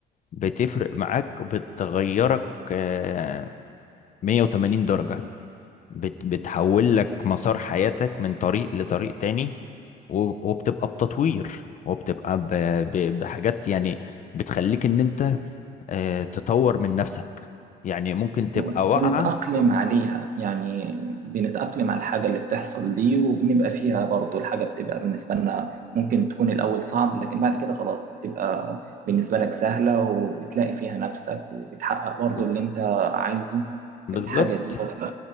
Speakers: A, on the left; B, on the right.
A: بتفرق معاك بتغيرك آه، 180 درجة بت... بتحول لك مسار حياتك من طريق لطريق تاني و... وبتبقى بتطوير وبتبقى ب... ب... بحاجات يعني بتخليك ان انت آه، تطور من نفسك يعني ممكن تبقى
B: وبنتأقلم
A: واقعة
B: عليها يعني بنتأقلم على الحاجة اللي بتحصل دي وبنبقى فيها برضو الحاجة بتبقى بالنسبة لنا ممكن تكون الأول صعب لكن بعد كده خلاص بتبقى بالنسبة لك سهلة وبتلاقي فيها نفسك وبتحقق برضو
A: و-
B: اللي أنت عايزه
A: بالظبط
B: في الحاجة دي برضو